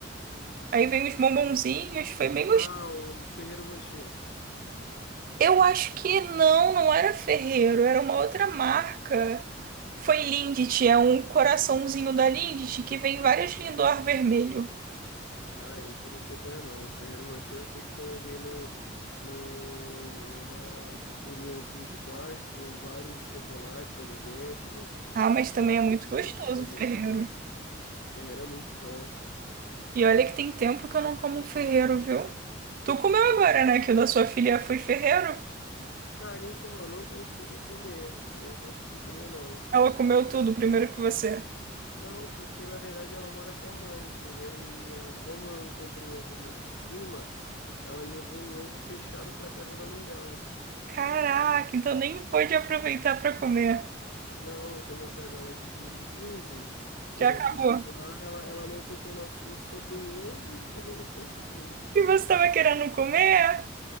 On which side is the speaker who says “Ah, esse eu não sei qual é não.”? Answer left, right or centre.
Left